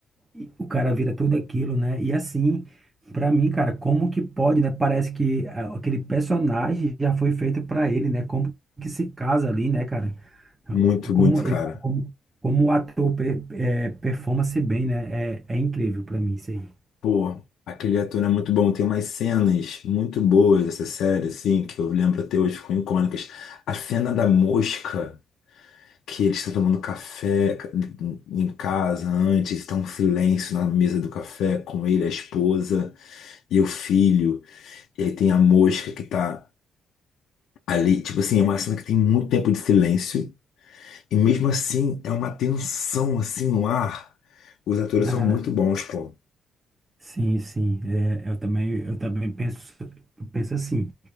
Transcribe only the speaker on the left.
Muito,
muito,
cara.
Pô, aquele ator é muito bom. Tem umas cenas muito boas dessa série, assim, que eu lembro até hoje, ficam icônicas. A cena da mosca. Que eles estão tomando café em casa antes, está um silêncio na mesa do café com ele, a esposa e o filho. E aí tem a mosca que tá ali. Tipo assim, é uma cena que tem muito tempo de silêncio. E mesmo assim, é uma tensão assim no ar. Os atores
são muito bons, pô.